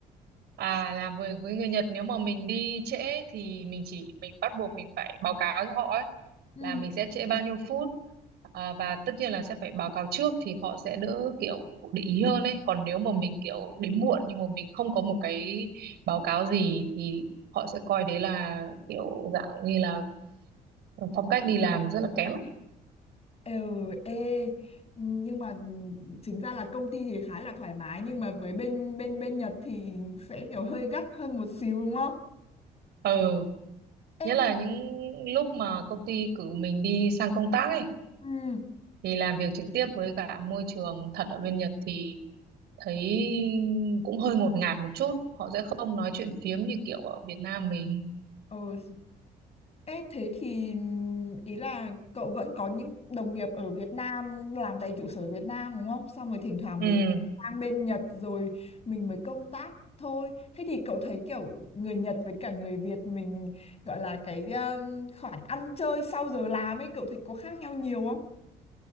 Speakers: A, on the right (about 70°); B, on the left (about 35°).
A: À, làm việc với người Nhật nếu mà mình đi trễ thì mình chỉ mình bắt buộc mình phải báo cáo cho họ ấy,
B: Ừ.
A: là mình sẽ trễ bao nhiêu phút à, và tất nhiên là sẽ phải báo cáo trước thì họ sẽ đỡ kiểu để ý hơn ấy. Còn nếu mà mình kiểu đến muộn nhưng mà mình không có một cái báo cáo gì thì họ sẽ coi đấy là kiểu dạng như là phong cách đi làm rất là kém ấy.
B: Ừ, ê, nhưng mà chính ra là công ty thì khá là thoải mái nhưng mà với bên bên bên Nhật thì sẽ kiểu hơi gắt hơn một xíu đúng không?
A: Ừ,
B: Ê,
A: nhất
B: nhưng
A: là những lúc mà công ty cử mình đi sang công tác ấy
B: Ừ.
A: thì làm việc trực tiếp với cả môi trường thật ở bên Nhật thì thấy cũng hơi ngột ngạt một chút họ sẽ không nói chuyện phiếm như kiểu ở Việt Nam mình
B: Ừ. Ê, thế thì ý là cậu vẫn có những đồng nghiệp ở Việt Nam làm tại trụ sở Việt Nam đúng không? Xong rồi thỉnh thoảng
A: ừ
B: mới sang bên Nhật rồi mình mới công tác thôi. Thế thì cậu thấy kiểu người Nhật với cả người Việt mình gọi là cái um, khoản ăn chơi sau giờ làm ấy cậu thấy có khác nhau nhiều không?